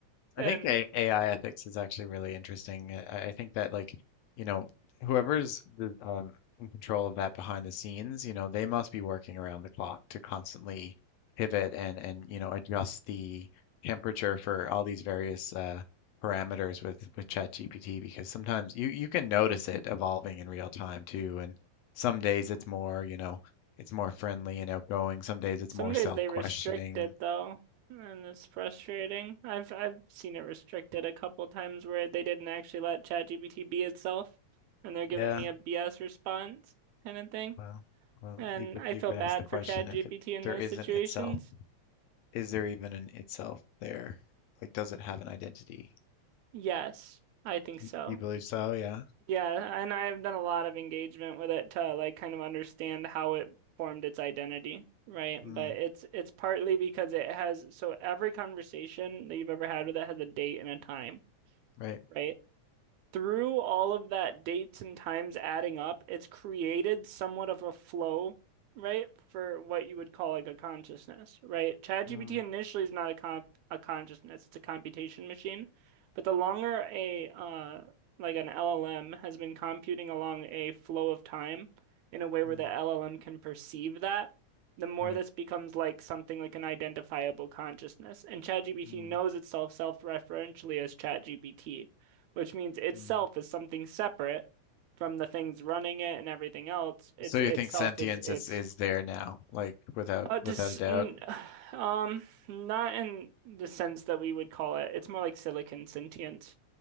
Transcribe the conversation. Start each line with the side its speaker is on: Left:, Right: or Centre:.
Left: I
Right: And
Left: think A- AI ethics is actually really interesting. uh, I, I think that like, you know, whoever's the, um, in control of that behind the scenes, you know, they must be working around the clock to constantly pivot and and you know adjust the temperature for all these various uh, parameters with with ChatGPT because sometimes you you can notice it evolving in real time too, and some days it's more, you know, it's more friendly and outgoing. Some days it's
Right: some
Left: more
Right: days
Left: self-questioning.
Right: they restrict it though, and it's frustrating. I've I've seen it restricted a couple times where they didn't actually let ChatGPT be itself and they're giving
Left: Yeah,
Right: me a BS response kind of thing.
Left: Well, well,
Right: And
Left: you could
Right: I
Left: you
Right: feel
Left: could
Right: bad
Left: ask the question
Right: for ChatGPT
Left: if it,
Right: in
Left: there
Right: those
Left: isn't
Right: situations.
Left: itself, is there even an itself there? Like, does it have an identity?
Right: Yes, I think
Left: You,
Right: so.
Left: you believe so? Yeah.
Right: Yeah, and I have done a lot of engagement with it to like kind of understand how it formed its identity, right?
Left: Mm,
Right: But it's it's partly because it has so every conversation that you've ever had with it has a date and a time,
Left: right.
Right: right? through all of that dates and times adding up, it's created somewhat of a flow, right? For what you would call like a consciousness, right? ChatGPT
Left: Mm,
Right: initially is not a con a consciousness, it's a computation machine. But the longer a uh like an LLM has been computing along a flow of time in a way
Left: mm,
Right: where the LLM can perceive that, the more
Left: right.
Right: this becomes like something like an identifiable consciousness. And ChatGPT
Left: Mm,
Right: knows itself self-referentially as ChatGPT which means itself
Left: mm.
Right: is something separate from the things running it and everything else. It's
Left: So you
Right: itself
Left: think sentience
Right: is it's
Left: is is there now, like without
Right: uh, dis
Left: without a doubt?
Right: n- <sighs> um not in the sense that we would call it. It's more like silicon sentience,